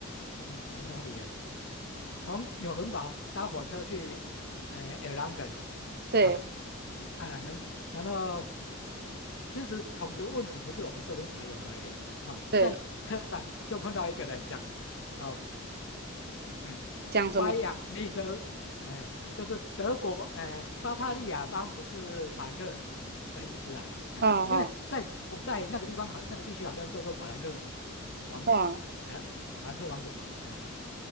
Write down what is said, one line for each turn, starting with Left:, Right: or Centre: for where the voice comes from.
Left: 嗯，从哪里呀、从纽伦堡搭火车去，哎、呃，埃朗根
Right: 对
Left: 啊，爱尔兰然后其实统治问题不是我们这边才有而已啊，
Right: 对，
Left: 在车上就碰到一个人讲，哦，哎、
Right: 讲什么？
Left: 巴仰利的，哎、就是德国，哎、巴伐利亚邦不是法兰克的意思啊，哎、
Right: 啊啊
Left: 因为在古代那个地方好，那个地区好像叫做法兰克王，
Right: 啊！
Left: 还法兰克王国啊，哎、